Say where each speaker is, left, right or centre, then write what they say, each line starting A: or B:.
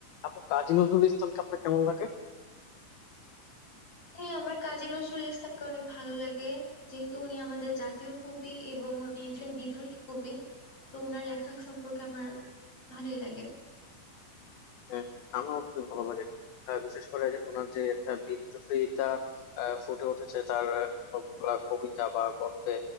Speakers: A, on the left; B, on the left.
A: আপু কাজী নজরুল ইসলামকে আপনার কেমন লাগে
B: হ্যাঁ আমার কাজী নজরুল ইসলামকে অনেক ভালো লাগে যেহেতু উনি আমাদের জাতীয় কবি এবং উনি একজন বিদ্রোহী কবি তো ওনার লেখা সম্পর্কে আমার ভালোই লাগে
A: হ্যাঁ আমারও খুবই ভালো লাগে আহ, বিশেষ করে যে ওনার যে একটা বিদ্রোহিতা আহ, ফুটে উঠেছে তার আহ, সবগুলা কবিতা বা গল্পে